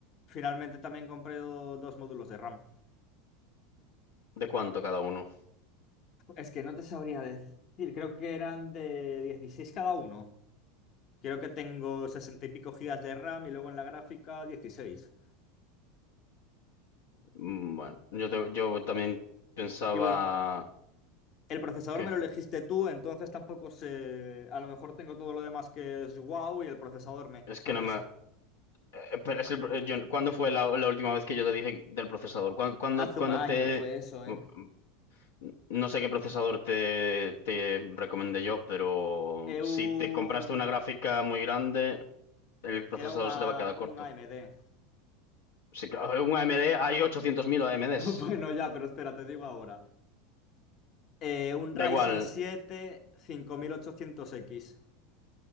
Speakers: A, on the left; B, on the left.
A: Finalmente también compré do- dos módulos de RAM.
B: ¿De cuánto cada uno?
A: Es que no te sabría decir, creo que eran de 16 cada uno. Creo que tengo 60 y pico gigas de RAM y luego en la gráfica dieciséis.
B: Mm, Bueno, yo, te- yo también pensaba
A: Y bueno, el procesador
B: que
A: me lo elegiste tú, entonces tampoco sé... A lo mejor tengo todo lo demás que es wow y el procesador me,
B: es
A: <laughs> ¿sabes?
B: que no me... eh, Pero es el pro- eh, yo- ¿cuándo fue la, la última vez que yo te dije del procesador? ¿Cuándo, cuándo,
A: Hace
B: cuándo
A: un año
B: te...
A: fue eso,
B: mm,
A: ¿eh?
B: No sé qué procesador te, te recomendé yo, pero
A: Eh,
B: si
A: un-
B: te compraste una gráfica muy grande, el procesador
A: Era un, A-
B: se te va a quedar corto.
A: un AMD.
B: Sí, claro, un AMD, hay 800.000 AMDs.
A: <laughs> Bueno, ya, pero espera, te digo ahora. Eh, un
B: Da
A: Ryzen
B: igual.
A: siete cinco mil ochocientos x